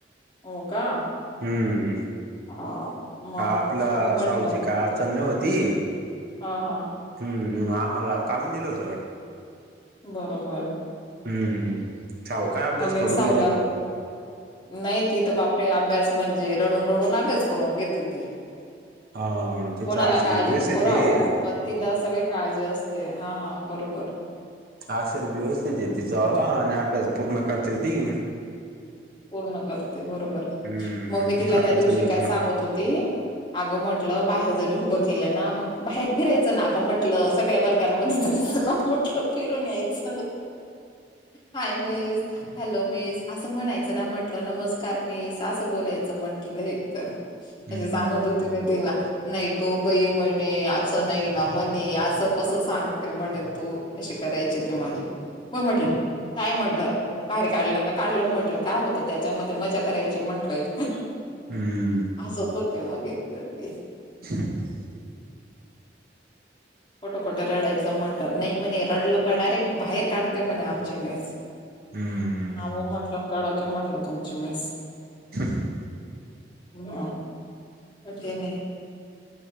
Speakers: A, on the left; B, on the right.
A: हो का.
B: हम्म.
A: हा. मग
B: हा आपलं
A: मग म्हटलं
B: सावजी का अडचण नई होती.
A: हा हा.
B: हम्मम आम्हाला काढून दिलं होतं.
A: बरोबर-
B: हम्म. साहू काय अभ्यास
A: मम्मी
B: करून
A: साव
B: घेते
A: लाग.
B: बरोबर
A: नाही तिथं बापरे अभ्यास म्हणजे रडून रडून अभ्यास करून घेते त
B: हा तिचा
A: कोणाला
B: अक्षर
A: काळजी
B: व्यवस्थित
A: नको.
B: आहे
A: पण तिला सगळे काळजी असते हा बरोबर.
B: अक्षर व्यवस्थित य तिचं
A: हं,
B: वाले आणि अभ्यास पूर्ण करते हो ती.
A: पूर्ण करते बरोबर. मग
B: हम्म
A: ममी तिला
B: अडचण
A: त्या दिवशी
B: नाही
A: काय
B: तिला
A: सांगत होती. अगं म्हटलं बाहेर जरी उभं केलं ना मग बाहेर फिरायचं ना अगं म्हटलं. सगळ्या वर्गामध्ये जायचं ना पण. फिरून यायच हाय मिस हॅलो मिस असं म्हणायचं. ना म्हटलं नमस्कार मी सासं बोलायचं म्हंटलं एकतर.
B: हम्म
A: अे सांगत होते मी तिला. नाही गो बाई म्हणे असं नाही ना म्हणे असं कसं सांगते म्हणे तू. अशी करायची तुम्हाला म म्हटलं काय म्हटलं बाहेर काढलं तर काढलं म्हटलं. काय होत त्याच्यामध्ये मजा करायची म्हंटलं एक
B: हम्म
A: असं होत. ते मग एक तर ते
B: ह.
A: खोटं खोठं रडायचं म्हटलं. नाही म्हणे रडलं का डायरेक्ट बाहेर काढतय म्हणे आमची मिस.
B: हम्म
A: आवो म्हटलं कडक ये म्हटलं तुमची मिस.
B: हम्म.
A: ह अे नाही.